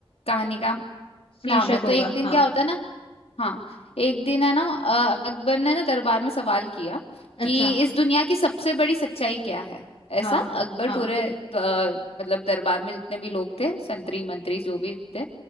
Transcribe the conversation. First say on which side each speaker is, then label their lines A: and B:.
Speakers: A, on the left; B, on the left.
A: कहानी का
B: शीर्षक
A: नाम है तो
B: होगा
A: एक दिन
B: हाँ
A: क्या होता है ना हाँ एक दिन है ना अ, अकबर ने ना दरबार में सवाल किया कि
B: अच्छा
A: इस दुनिया की सबसे बड़ी सच्चाई क्या है ऐसा
B: हाँ
A: अकबर
B: हाँ
A: पूरे अ, मतलब दरबार में जितने भी लोग थे संतरी मंत्री जो भी थे